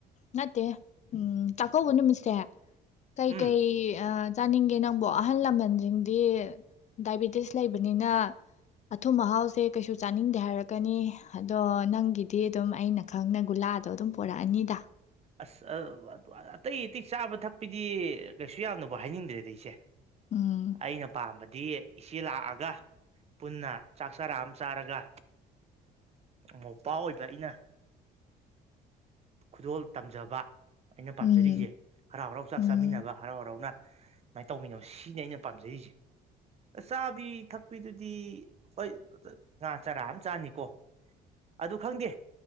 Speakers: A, on the left; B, on the right.
A: ꯅꯠꯇꯦ ꯎꯝ ꯆꯥꯛꯀꯧꯕ ꯅꯨꯃꯤꯠꯁꯦ ꯀꯩ-ꯀꯩ
B: ꯎꯝ
A: ꯑ ꯆꯥꯅꯤꯡꯒꯦ ꯅꯪꯕꯨ ꯑꯍꯜ ꯂꯃꯟꯁꯤꯡꯗꯤ ꯗꯥꯏꯕꯤꯇꯤꯁ ꯂꯩꯕꯅꯤꯅ, ꯑꯊꯨꯝ ꯑꯍꯥꯎꯁꯦ ꯀꯩꯁꯨ ꯆꯥꯅꯤꯡ ꯗꯤ ꯍꯥꯏꯔꯛꯀꯅꯤ ꯑꯗꯣ ꯅꯪꯒꯤꯗꯤ ꯑꯗꯨꯝ ꯑꯩꯅ ꯈꯪꯅ ꯒꯨꯂꯥꯗꯣ ꯑꯗꯨꯝ ꯄꯔꯛꯑꯅꯤꯗ꯫
B: ꯑꯁ ꯑꯇꯩ ꯑꯇꯩ ꯆꯥꯕ ꯊꯛꯄꯗꯤ ꯀꯩꯁꯨ ꯌꯥꯝꯅꯐ ꯍꯥꯏꯅꯤꯡꯗ꯭ꯔꯦꯗ ꯑꯩꯁꯦ
A: ꯎꯝ
B: ꯑꯩꯅ ꯄꯥꯝꯕ ꯗꯤ ꯏꯆꯦ ꯂꯥꯛꯑꯒ ꯄꯨꯟꯅ ꯆꯥꯛ ꯆꯔꯥ ꯑꯃ ꯆꯥꯔꯒ, ꯃꯣꯄꯥ ꯑꯣꯏꯕ ꯑꯩꯅ ꯈꯨꯗꯣꯜ ꯇꯝꯖꯕ ꯑꯩꯅ ꯄꯥꯝꯖꯔꯤꯁꯦ꯫
A: ꯎꯝ
B: ꯍꯔꯥꯎ-ꯍꯔꯥꯎ ꯆꯥꯛ
A: ꯎꯝ
B: ꯆꯥꯃꯤꯟꯅꯕ ꯍꯔꯥꯎ ꯍꯔꯥꯎꯅ ꯁꯨꯃꯥꯏꯅ ꯇꯧꯃꯤꯟꯅꯕ ꯁꯤꯅꯤ ꯑꯩꯅ ꯄꯥꯝꯖꯔꯤꯁꯤ꯫ ꯆꯥꯕꯤ ꯊꯛꯄꯤꯗꯨꯗꯤ, ꯍꯣꯏ ꯉꯥ ꯆꯔꯥ ꯑꯃ ꯆꯥꯅꯤꯀꯣ ꯑꯗꯨ ꯈꯪꯗꯦ